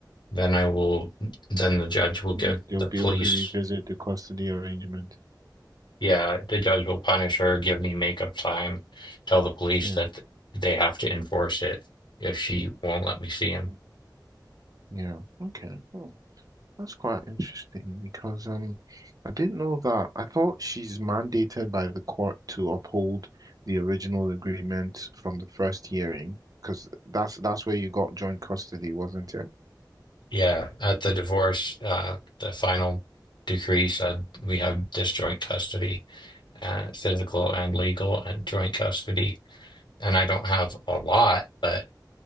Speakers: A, on the left; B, on the right.
A: then I will, then the judge will
B: You,
A: give
B: they'll
A: the
B: be
A: police,
B: able to revisit the custody arrangement.
A: yeah, the judge will punish
B: Mm,
A: her, give me makeup time, tell the police
B: Yeah.
A: that they have to enforce it if she won't let me see him.
B: mm. Yeah. Okay. Oh, that's quite interesting because um, I didn't know that. I thought she's mandated by the court to uphold the original agreement from the first hearing because that's that's where you got joint custody, wasn't it?
A: Yeah, at the divorce, uh, the final decree said we have disjoint custody, uh, physical and legal and joint custody. And I don't have a lot, but